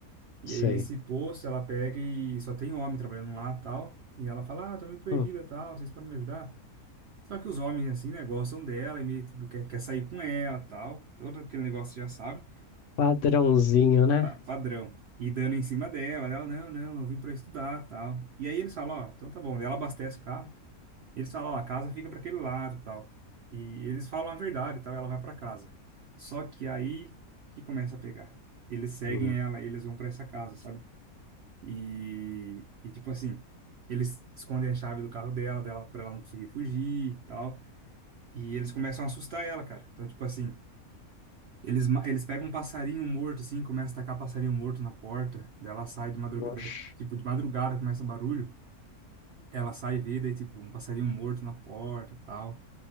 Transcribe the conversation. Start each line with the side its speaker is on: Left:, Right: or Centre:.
Right: E
Left: Sei.
Right: aí nesse posto ela pega e só tem homem trabalhando lá, tal. E ela fala, ah, tô meio perdida,
Left: Hum,
Right: tal, vocês podem me ajudar? Só que os homens, assim, né, gostam dela e meio, tipo, quer, quer sair com ela, tal. Todo aquele negócio já sabe,
Left: Padrãozinho, né?
Right: pa- padrão. E dando em cima dela, ela, não, não, eu vim pra estudar, tal. E aí eles falam, ó, então tá bom. Daí ela abastece o carro. E eles falam, ó, a casa fica pra aquele lado, tal. E eles falam a verdade, tal, ela vai pra casa. Só que aí que começa a pegar. Eles seguem
Left: Hum.
Right: ela, eles vão pra essa casa, sabe? E, e tipo assim, eles escondem a chave do carro dela, dela para ela não conseguir fugir e tal. E eles começam a assustar ela, cara. Então, tipo assim, eles, ma- eles pegam um passarinho morto, assim, começa a tacar passarinho morto na porta. Daí ela sai de madrugada,
Left: Oxe.
Right: daí, tipo, de madrugada começa barulho. Ela sai e vê, daí, tipo, um passarinho morto na porta e tal.